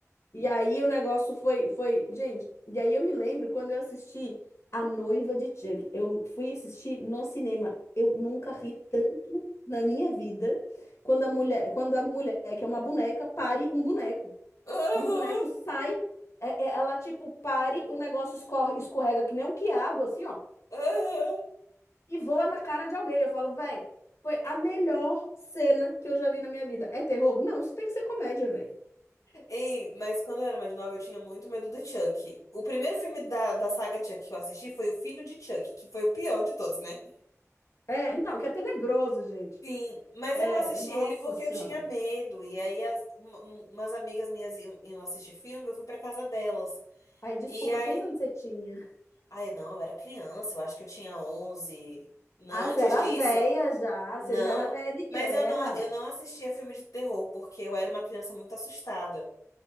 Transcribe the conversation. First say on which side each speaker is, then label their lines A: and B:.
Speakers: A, on the left (about 60°); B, on the left (about 80°).
A: E aí o negócio foi, foi, gente, e aí eu me lembro quando eu assisti A Noiva de Chuck. Eu fui assistir no cinema. Eu nunca ri tanto na minha vida quando a mulher, quando a mulher que é uma boneca pare um boneco.
B: Aham,
A: E o boneco sai, é- é- ela tipo pare, o negócio escorre, escorrega que nem um quiabo assim, ó,
B: aham.
A: e voa na cara de alguém. Eu falo, velho, foi a melhor cena que eu já vi na minha vida. É terror? Não, isso tem que ser comédia, velho.
B: Ei, mas quando eu era mais nova, eu tinha muito medo do Chuck. O primeiro filme da, da saga Chuck que eu assisti foi O Filho de Chuck, que foi o pior de todos, né?
A: É, não, que é tenebroso, gente.
B: Sim, mas
A: É,
B: eu assisti
A: nossa
B: ele porque
A: senhora.
B: eu tinha medo. E aí, as- um- um- umas amigas minhas iam, iam assistir filme, eu fui pra casa delas.
A: Ai, desculpa,
B: E aí.
A: quantos anos você tinha?
B: Ai, não, eu era criança, eu acho que eu tinha 11. Não,
A: Ah,
B: antes
A: você era
B: disso,
A: velha já, você
B: não.
A: já era velha de
B: Mas
A: guerra.
B: eu não, eu não assistia filme de terror, porque eu era uma criança muito assustada.